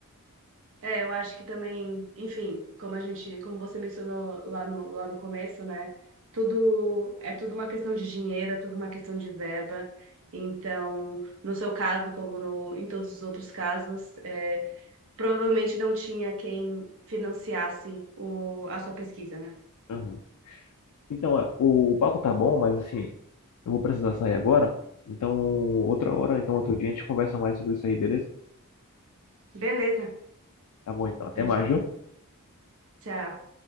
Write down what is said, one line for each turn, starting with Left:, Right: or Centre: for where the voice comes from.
Right: É, eu acho que também, enfim, como a gente, como você mencionou lá no, lá no começo, né? Tudo é tudo uma questão de dinheiro, é tudo uma questão de verba. Então, no seu caso, como no, em todos os outros casos, é, provavelmente não tinha quem financiasse o, a sua pesquisa, né?
Left: Uhum. Então, é, o, o papo tá bom, mas assim, eu vou precisar sair agora. Então, outra hora, então outro dia a gente conversa mais sobre isso aí, beleza?
Right: Beleza,
Left: Tá bom, então. Até
Right: até
Left: mais,
Right: já.
Left: viu?
Right: Tchau.